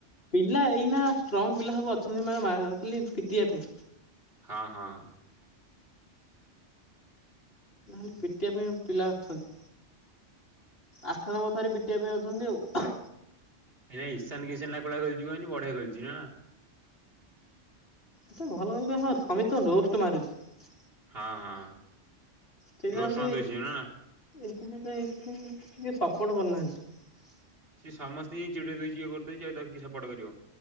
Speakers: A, on the left; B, on the right.
A: ପିଲା ଏଇନା ଷ୍ଟ୍ରଙ୍ଗ ପିଲା ସବୁ ଅଛନ୍ତି ମା ଥିଲେ ପିଟିବା ପାଇଁ।
B: ହଁ ହଁ।
A: ନହେଲେ ପିଟିବା ପାଇଁ ପିଲା ଅଛନ୍ତି, ଆଠ ନମ୍ବର ଥରେ ପିଟିବା ପାଇଁ ଅଛନ୍ତି ଆଉ।
B: ଏ ଇସାନ କିସନ୍ ନା କୌଭଳିଆ କରିଚି କହିଲୁ ବଢିଆ ଖେଳଛି ନା ନା
A: ଏତେ ଭଲ ଭ ହ ସମସ୍ତ ରୋଷ୍ଟ ମାରୁଛି।
B: ହଁ ହଁ।
A: ଟଠିକ ର
B: ରୋଷ୍ଟ
A: କି
B: ମାରି ଦଉଛି ନା
A: ଏେ ଏ ଟିକେ ସପୋର୍ଟ କରିନାହାନ୍ତି।
B: ସିଏ ସମସ୍ତେ ହିଁ ଚିଡେଇ ଦେଇଛି ଇଏ କରିଦେଇଉଛି ଆଉ ତାକୁ କି ସପୋର୍ଟ କରିବ।